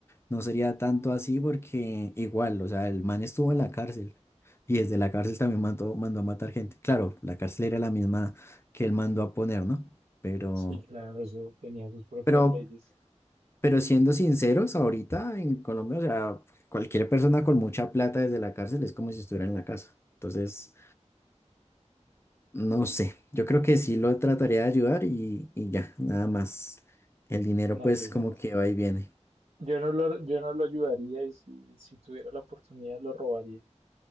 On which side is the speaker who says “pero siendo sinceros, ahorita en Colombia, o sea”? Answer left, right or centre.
Left